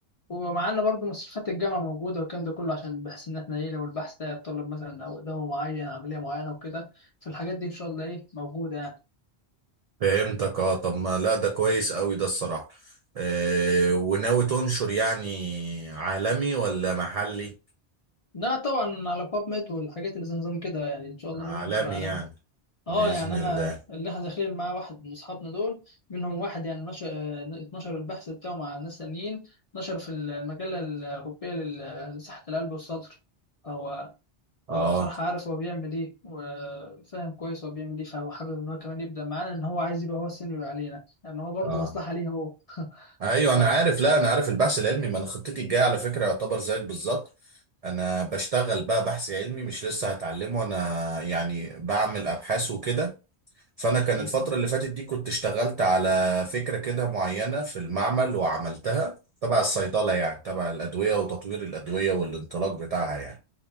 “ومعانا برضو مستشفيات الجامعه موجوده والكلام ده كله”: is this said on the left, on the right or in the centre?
Left